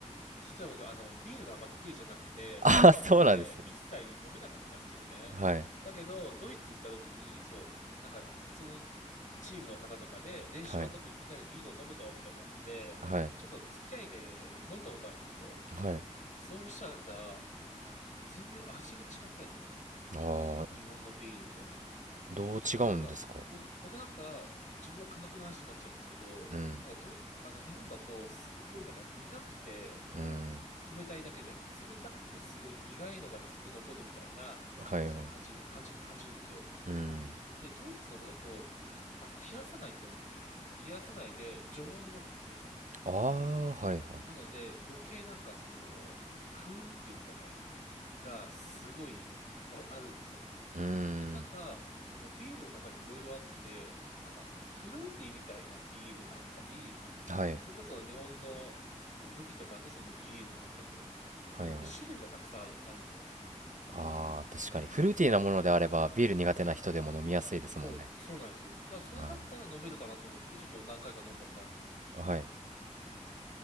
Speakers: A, on the left; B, on the right.
A: 実は僕、あの、ビールがあんま得意じゃなくて、
B: <laughs> あ、
A: 日本で一切飲めなかったんですよね。
B: そうなんですね。はい。
A: だけど、ドイツ行った時に、そう、なんか、その、チームの方とかで、練習終わった後にみんなでビールを飲むぞ、
B: はい。
A: みたいになって、
B: はい。
A: ちょっと付き合いで飲んだことあるんですよ。
B: はい。
A: そうしたら、あの、全然味が違ったんですよね。
B: ああ、
A: 日本のビールと。
B: どう違うんですか
A: なんか、お僕なんか、自分の感覚の話になっちゃうんですけど、
B: うん。
A: なんかどういあの、日本だと、すごいなんか苦くて、
B: うん。
A: 冷たいだけで、冷たくてすごい苦いのがずっと残るみたいな感じに感じる、
B: はいはい。
A: 感じ、感じるんですよ。
B: うん。
A: で、ドイツの方だと、あの、冷やさないで飲むんですよね。冷やさないで、常温で飲むんですよ。
B: ああ、はいはい。
A: なので、余計なんかその、風味っていうんですかね、がすごいわあるんですよ。
B: うん。
A: で、ただ、そのビールの中にもいろいろあって、なんかフルーティーみたいなビールがあったり、
B: はい。
A: それこそ日本のその麦とかのそのビールもあったりみたいな。結構本当に種類がたくさんある、
B: はいはい。
A: あるんですよね。
B: ああ、確かに。
A: うん。
B: フルーティーなものであれば、
A: うん。
B: ビール苦手な人でも飲みやすいですもんね。
A: そう、そうなんですよ。だからそれだったら飲めるかなと思って、
B: あ
A: ちょっと何回か飲んだことあるんですよ。
B: あ、はい。
A: うん。